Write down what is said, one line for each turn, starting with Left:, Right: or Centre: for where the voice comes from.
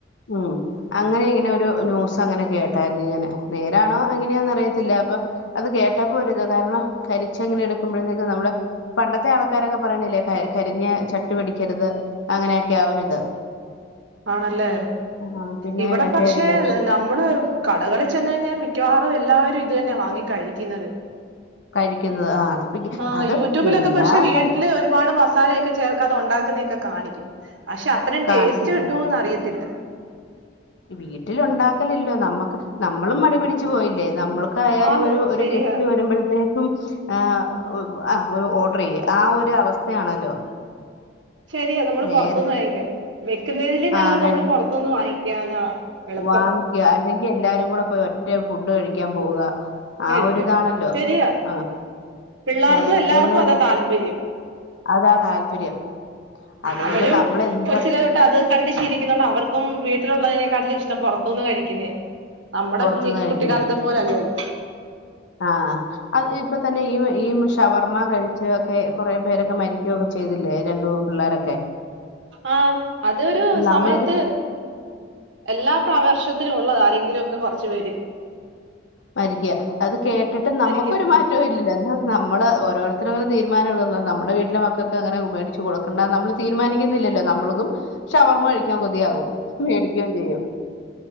Left: ഉം അങ്ങനെ ഇങ്ങനെ. ഒരു ന്യൂസങ്ങനെ കേട്ടായിരുന്നു ങ്ങനെ നേരാണോ എങ്ങന അറിയത്തില്ല പ്പൊ അത്‌ കേട്ടപ്പോ ഒരിത് കാ രണം കരിച്ചങ്ങനെ എടുക്കുമ്പഴേത്തേക്ക് നമ്മള് പണ്ടത്തെ ആൾക്കാരൊ പറയണില്ലേ ക കരിഞ്ഞെ ചട്ടി വടിക്കരുത് അങ്ങനെയൊക്കെ ആ ഒരിത്.
Right: ആണല്ലേ?
Left: ആ പിന്നെ
Right: ഇവിടെ
Left: മറ്റേ
Right: പക്ഷേ
Left: ഇതില്ലേ
Right: നമ്മള് കടകളിൽ ചെന്നഴിഞ്ഞാൽ മിക്കവാറും എല്ലാവരും ഇ തു തന്നെ വാങ്ങി കഴിക്കുന്നത്.
Left: കഴിക്കുന്നത് ആ അതിപ്പ
Right: ആ
Left: അത്
Right: യൂറ്റുബിലൊക്കെ
Left: എന്നാ
Right: പക്ഷെ വീട്ടില്
Left: പറ
Right: ഒരുപാട് മസാലൊക്കെ ചേർക്കാതെ ഉണ്ടാക്കുന്നൊക്കെ കാ കാണിക്കും പക്ഷെ അത്രയും
Left: കാണിക്കും
Right: ടേസ്റ്റ് കിട്ടോന്ന് അറിയത്തില്ല.
Left: വീട്ടില് ഉണ്ടാക്കലല്ലോ നമ്മക്ക് നമ്മളും മടിപിടിച്ചു പോയില്ലേ. നമ്മൾക്കായാലും
Right: ആന്ന്
Left: ഒരു ഒരു
Right: ശരിയാ
Left: ഗസ്റ്റ് വരുമ്പോഴത്തേക്കും ആ് ആ ഓർഡർ ചെയ്യ ആ ഒരു അവസ്ഥയാണല്ലോ
Right: ശരിയാ നമ്മൾ
Left: നേര
Right: പുൊറത്തനിന്ന് വാങ്ങിക്ക വെക്കുന്നതില് നല്ലത്
Left: ആ
Right: നമ്മള്
Left: കഴി
Right: പുറത്തനിന്ന് വാങ്ങിക്കാനാ എളുപ്പം
Left: വാങ്ങിക്ക അല്ലെങ്കി എല്ലാരും കൂടെ പോയി ഒറ്റ ഫുഡ് കഴിക്കാൻ പോവ
Right: കഴിക്കാം
Left: ആ ഒരിതാണല്ലോ
Right: ശരിയാ
Left: ആഹ
Right: പിള്ളേർക്കും
Left: നേരത്തേന്ന്
Right: എല്ലാവർക്കും
Left: പറ
Right: അതാ താല്പര്യം
Left: അതാ താല്പര്യം അതുകൊണ്ട്
Right: അവരും
Left: നമ്മൾ എന്തൊ
Right: കൊച്ചില തൊട്ട് അത് കണ്ടു ശീലിക്കുന്നുണ്ട് അവർ ക്കും വീട്ടിലുള്ളതിനെക്കാട്ടിലും ഇഷ്ടം പുറത്തുനിന്ന് കഴിക്കുന്നേ നമ്മുടെഞ്ഞ
Left: പുറത്തുന്ന്
Right: കുഞ്ഞി
Left: കഴിക്കുന്ന
Right: കുട്ടിക്കാലത്തെ പോലെല്ലല്ലോ
Left: ആ അത് ഇപ്പ തന്നെ ഈ ഈ ഷവർമ്മ കഴ ച്ച ഒക്കെ കുറെേ പേരൊക്കെ മരിക്കയൊക്കെ ചെയ്തില്ലേ രണ്ടു പിള്ളോരൊക്കെ
Right: ആ അതൊരു സമയത്ത്
Left: നമ്മളത്
Right: എല്ലാ പ്രാവർഷത്തിലും ഉള്ളത് ആരെങ്കിലും ഒക്കെ കുറച്ചു പേര്
Left: മരിക്കുക അത് കേട്ടിട്ട് നമുക്കൊരു
Right: മരിക്കുന്നു
Left: മാറ്റവും ഇല്ല എന്നാ നമ്മള് ഓരോരുത്തരും അങ്ങനെ തീരുമാനംടു നമ്മുടെ വീട്ടിലെ മക്കൾക്ക് അങ്ങനെ ഉ മേടച്ച് കൊടുക്കണ്ടന്ന് നമ്മള് തീരുമാനിക്കുന്നില്ലല്ലോ നമ്മൾക്കും ഷവർമ്മ കഴിക്കാൻ കൊതിയാവും മേടിക്കുകയും ചെയ്യും